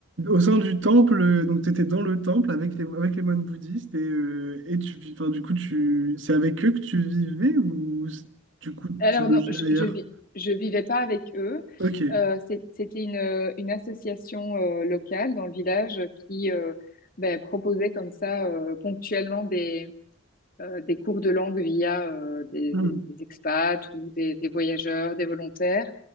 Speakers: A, on the right; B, on the left.
A: Au sein du temple, euh, donc tu étais dans le temple avec les, avec les moines bouddhistes et, euh, et tu vis, enfin, du coup, tu, c'est avec eux que tu vivais ou s- du coup
B: Alors
A: tu logeais
B: non, je,
A: ailleurs?
B: je vis, je vivais pas avec eux.
A: Ok.
B: Euh, c'est- c'était une, une association euh, locale dans le village qui euh, ben, proposait comme ça euh, ponctuellement des, euh, des cours de langue via euh, des,
A: Hmm.
B: des expats ou des, des voyageurs, des volontaires.